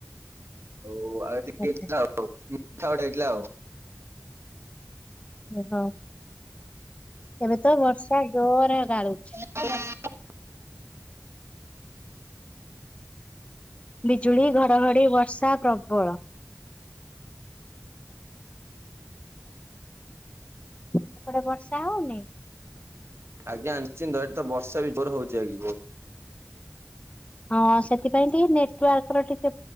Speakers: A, on the right; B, on the left.
A: ଆଉ ଆଉ ହେଇଥିଲା
B: ଆଚ୍ଛା
A: ଆଉ ମିଠା ଗୋଟେ ହେଇଥିଲା ଆଉ।
B: ଓହୋ। ଏବେତ ବର୍ଷା ଜୋର ଡ଼ାଳୁଚି।
A: <unintelligible>
B: ବିଜୁଳି ଘଡ଼ଘଡି଼ ବର୍ଷା ପ୍ରବଳ ସେପଟେ ବର୍ଷା ହଉନି?
A: ଆଜ୍ଞା ନିଶ୍ଚିନ୍ତ ଏଠିତ ବର୍ଷାବି ଜୋର ହଉଚି ଆଜି ବୋହୁତ୍।
B: ହଁ ସେଥିପାଇଁ ଟିକେ ନେଟୱାର୍କର ଟିକେ